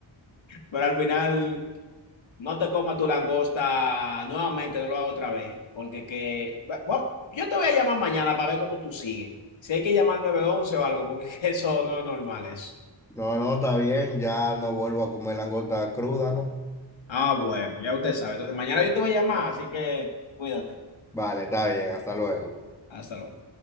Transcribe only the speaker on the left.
Pero al final No te comas tu langosta nuevamente, no lo hago otra vez. Porque que. bueno, yo te voy a llamar mañana para ver cómo tú sigues. Si hay que llamar nueve once o algo, porque <laughs> eso no es normal, eso.
Ah, bueno, ya usted sabe. Entonces mañana yo te voy a llamar, así que cuídate.
Hasta luego.